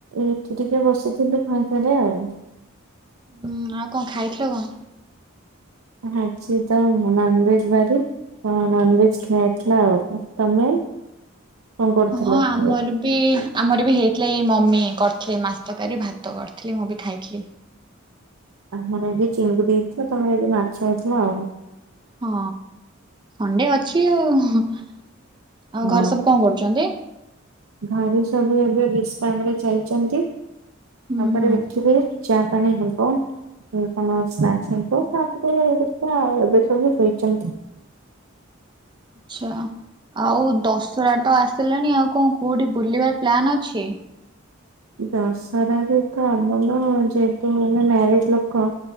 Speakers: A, on the right; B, on the right.
A: ଏଇଠି ଟିିକିଏ ବସିଥିଲି ଫାଙ୍କାରେ ଆଉ
B: ଉୁଁ ଆଉ କଣ ଖାଇଥିଲ କଣ?
A: ଆଜିତ ନନଭେଜ ବାରି। ହଁ ନନଭେଜ ଖିଆ ହେଇଥିଲା ଆଉ ତମେ। କଣ କରୁଥିଲ
B: ହଁ ଆମରବି।
A: ଏବେ?
B: ବି ଆମରବି ହେଇଥିଲା ଏଇ ମମି କରିଥିଲେ ମାଛ ତରକାରୀ ଭାତ କରିଥିଲେ ମୁଁବି ଖାଇଥିଲି।
A: ଆମର ଆଜି ଚିଙ୍ଗୁଡି ଛହେଇଥିଲା ତମର ଆଜି ମାଛ ହେଇଥିଲା ଆଉ।
B: ହଁ ସଣ୍ଡେ ଅଛି ଆଉ ଆଉ
A: ହଁ।
B: ଘରେ ସବୁ କଣ କରୁଚନ୍ତି?
A: ଘରେ ସବୁ ଏବେ ବିଶ୍ରାମରେ ଚାଲିଚନ୍ତି।
B: ହୁଁ
A: ତାପରେ
B: ହୁଁ
A: ଉଠିବି ଚା ପାଣି ହେବ। କଣ <unintelligible> ତାପରେ ଦେଖିଆ ଏବେ ସବୁ ଶୋଇଛନ୍ତି।
B: ଚ୍ଛାଆ। ଆଉ ଦଶହରାତ ଆସିଲାଣି ଆଉ କଣ କଉଠି ବୁଲିବାର ପ୍ଲାନ୍ ଅଛି।
A: ଦଶହରାରେତ ଆମର ଯେହେତୁ ମାନେ ମ୍ୟାରେଜ ଲୋକ